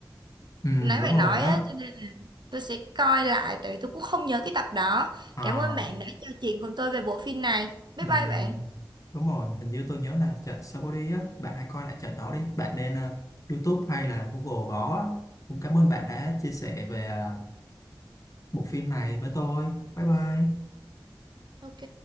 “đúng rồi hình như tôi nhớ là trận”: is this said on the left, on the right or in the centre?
Left